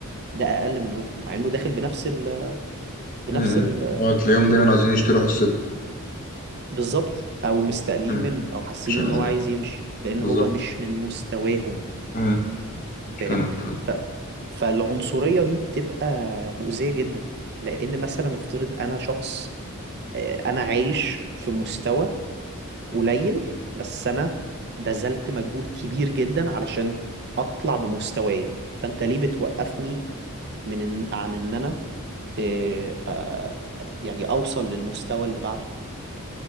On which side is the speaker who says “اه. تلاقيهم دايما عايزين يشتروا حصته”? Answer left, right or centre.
Left